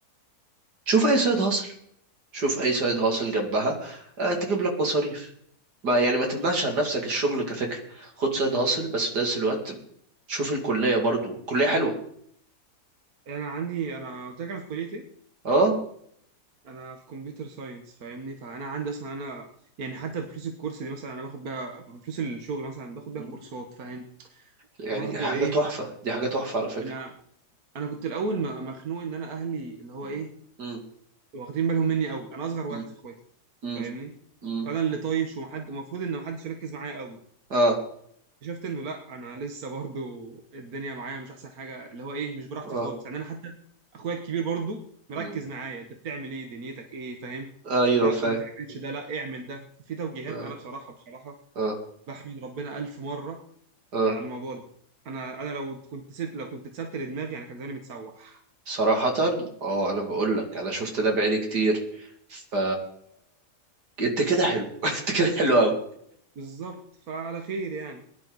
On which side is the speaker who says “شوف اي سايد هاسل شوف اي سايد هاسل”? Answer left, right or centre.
Right